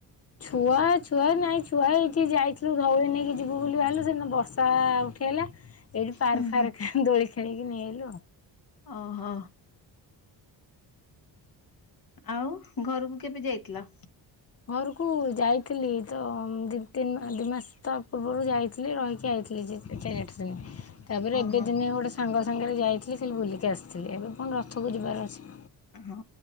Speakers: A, on the left; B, on the left.
A: ଛୁଆ ଛୁଆ ନାଇଁ ଛୁଆ ଏଇଠି ଯାଇଥିଲୁ ଧଉଳି ନେଇକି ଯିବୁ ବୋଲି ବାହାରିଲୁ ସେ ଦିନ ବର୍ଷା ଉଠିଗଲା ଏଠି ପାର୍କ
B: ହୁଁ
A: ଫାର୍କ
B: ହୁଁ
A: ଦୋଳି ଖେଳିକି ନେଇଆଇଲୁ ଆଉ।
B: ଓହୋ। ଆଉ ଘରକୁ କେବେ ଯାଇଥିଲ।
A: ଘରକୁ ଯାଇଥିଲି ତ ଦି ତିନି ମାସ ଦି ମାସ ତା ପୂର୍ବରୁ ଯାଇଥିଲି ରହିକି ଆଇଥିଲି। ଲି ଯିବି ଫେର ଆଠ ଦିନି। ତାପରେ
B: ଓହୋ
A: ଏବେ ଦିନେ ଗୋଟେ ସାଙ୍ଗ ସାଙ୍ଗରେ ଯାଇଥିଲି ଖାଲି ବୁଲିକି ଆସିଥିଲି ଏବେ ପୁଣି ରଥକୁ ଯିବାର ଅଛି।
B: ହଁ